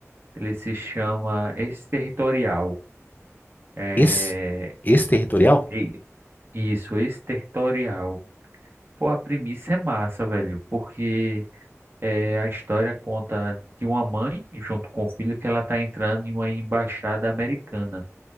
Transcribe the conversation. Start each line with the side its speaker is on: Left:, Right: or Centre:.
Right: Ele se chama Exterritorial. É,
Left: Esse, esse territorial?
Right: e- isso, exterritorial. Pô, a premissa é massa, velho, porque é, a história conta de uma mãe, junto com o filho, que ela tá entrando em uma embaixada americana,